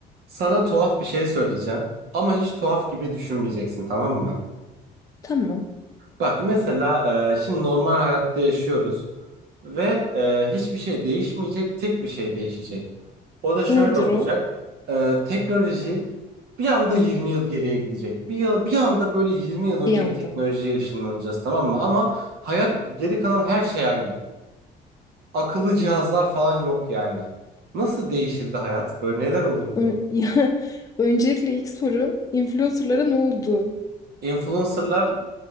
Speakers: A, on the right; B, on the left.
A: Sana tuhaf bir şey söyleyeceğim ama hiç tuhaf gibi düşünmeyeceksin tamam mı?
B: Tamam.
A: Bak mesela e, şimdi normal hayatta yaşıyoruz ve e, hiçbir şey değişmeyecek, tek bir şey değişecek. O da şöyle
B: Nedir
A: olacak.
B: o?
A: E, teknoloji bir anda 20 yıl geriye gidecek. Bir yıl, bir anda böyle 20 yıl önceki
B: Bir anda.
A: teknolojiye ışınlanacağız tamam mı? Ama hayat geri kalan her şey aynı. Akıllı cihazlar falan yok yani. Nasıl değişirdi hayat? Böyle neler olurdu?
B: Ö- <laughs> ya, öncelikle ilk sorum influencerlara ne oldu?
A: Influencerlar